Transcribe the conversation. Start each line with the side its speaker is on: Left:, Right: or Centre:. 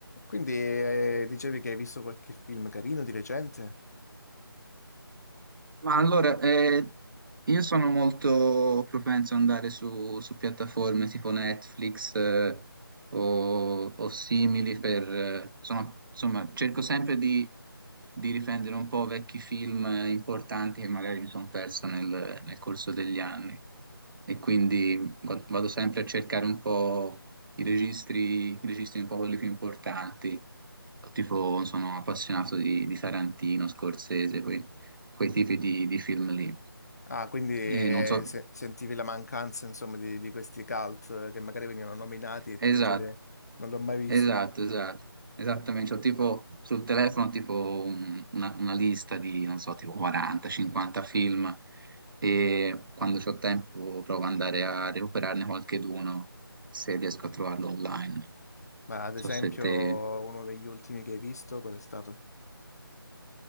Left: Quindi eh, dicevi che hai visto qualche film carino di recente?
Right: Ma allora, eh, io sono molto propenso ad andare su, su piattaforme tipo Netflix, eh, o, o simili per... eh, sono- insomma, cerco sempre di, di riprendere un po' vecchi film eh, importanti che magari mi sono perso nel, nel corso degli anni e quindi gu- vado sempre a cercare un po' i registri, i registri un po' quelli più importanti Tipo, sono appassionato di, di Tarantino, Scorsese, quei, quei tipi di, di film lì.
Left: Ah, quindi eh,
Right: E non so,
Left: se- sentivi la mancanza, insomma, di, di questi cult eh, che magari venivano nominati e
Right: esatto,
Left: tu dicevi "Eh, non l'ho mai visto.
Right: esatto, esatto, esattamente. Ho tipo sul telefono tipo un- una, una lista di, non so, tipo 40-50 film e quando ho tempo provo ad andare a recuperarne qualcheduno se riesco a trovarlo online. Non
Left: Ma ad
Right: So
Left: esempio
Right: se te...
Left: uno degli ultimi che hai visto, qual è stato?